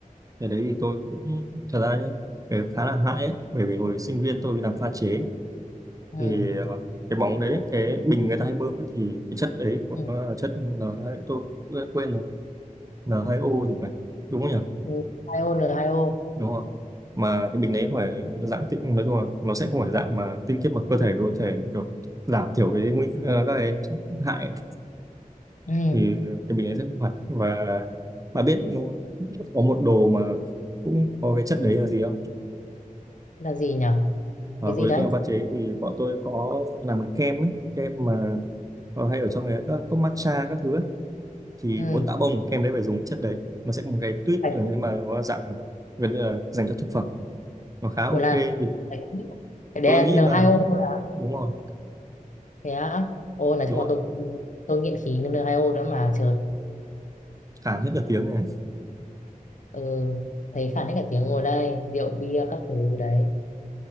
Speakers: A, on the right (about 25°); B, on the left (about 60°).
A: thế đấy thì tôi cũng thật ra nhé cái khá là hại ấy bởi vì hồi sinh viên tôi đi làm pha chế thì
B: ừ.
A: ờ, cái bóng đấy cái bình người ta hay bơm ấy, thì cái chất đấy của
B: Ừ.
A: nó là chất n hai tôi quên quên rồi n hai o thì phải đúng không nhỉ
B: Ừ. hai ô rồi hai ô
A: đúng không mà cái bình đấy phải dạng tinh nói chung là nó sẽ không phải dạng mà tinh khiết mà cơ thể có thể kiểu giảm thiểu cái nguy ờ, các cái chất hại ấy.
B: ừ.
A: thì cái bình đấy sẽ không phải và bà biết ừ, có một đồ mà cũng có cái chất đấy là gì không
B: là gì nhỉ
A: ở
B: cái
A: với
B: gì đấy
A: tôi làm pha chế thì bọn tôi có làm cái kem ấy, cái kem mà ờ, hay ở trong cái các cốc matcha các thứ ấy thì
B: ừ.
A: muốn tạo bông kem đấy phải dùng cái chất đấy nó sẽ có một cái tuyết
B: Phải-
A: nhưng mà nó dạng gần như là dành cho thực phẩm nó khá ok
B: ủa là
A: thì
B: phải- cái đấy
A: tôi nghĩ
B: là n
A: bà
B: hai o là
A: đúng rồi
B: thế á ôi nói
A: đúng
B: chung
A: rồi
B: là tôi cũng tôi nghiện khí n hai o nữa mà trời
A: cản hết cả tiếng này
B: ừ. thấy khản hết cả tiếng ngồi đây rượu bia các thứ đấy